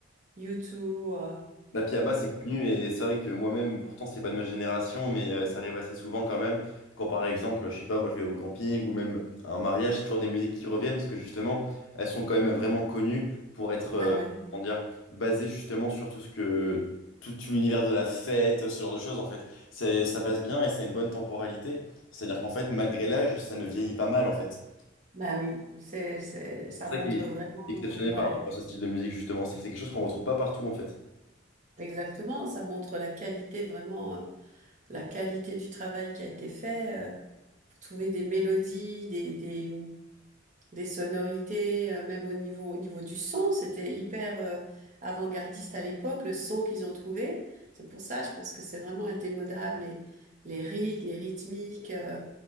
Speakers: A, on the right (about 40°); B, on the left (about 70°).
A: U2. euh,
B: La Piaba, c'est connu et c'est vrai que moi-même, pourtant, c'est pas de ma génération, mais euh, ça arrive assez souvent quand même. Quand par exemple, je sais pas, moi je vais au camping ou même à un mariage, c'est toujours des musiques qui reviennent parce que justement, elles sont quand même vraiment connues pour être,
A: bah
B: euh,
A: ouais,
B: comment dire, basées justement sur tout ce que, tout, tout l'univers de la fête, ce genre de choses en fait. C'est, ça passe bien et ça a une bonne temporalité. C'est-à-dire qu'en fait, malgré l'âge, ça ne vieillit pas mal en fait.
A: bah oui, c'est, c'est, ça
B: C'est
A: montre
B: ça qui est
A: vraiment.
B: exceptionnel
A: euh,
B: par
A: ouais.
B: rapport à ce style de musique justement, c'est que c'est quelque chose qu'on retrouve pas partout en fait.
A: Exactement, ça montre la qualité vraiment, euh, la qualité du travail qui a été fait, euh, pour trouver des mélodies, des, des, des sonorités, euh, même au niveau, au niveau du son, c'était hyper, euh, avant-gardiste à l'époque, le son qu'ils ont trouvé. C'est pour ça, je pense que c'est vraiment indémodable, les, les rythmes, les rythmiques, euh,